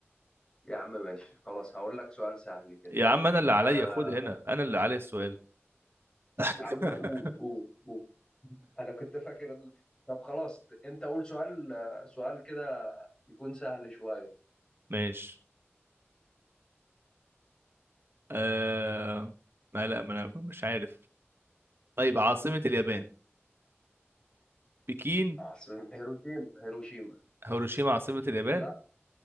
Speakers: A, on the left (about 15°); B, on the right (about 55°).
A: يا عم ماشي خلاص هقول لك سؤال سهل كده
B: يا عم انا اللي عليا
A: آه
B: خد هنا انا اللي عليا السؤال <laughs>
A: يا عم قول قول قول انا كنت فاكر إن- طب خلاص انت قول سؤال سؤال كده يكون سهل شوية
B: ماشي آه ما لا ما انا مش عارف طيب عاصمة اليابان بكين
A: عاصمة هيروشيما هيروشيما
B: هيروشيما عاصمة اليابان
A: لا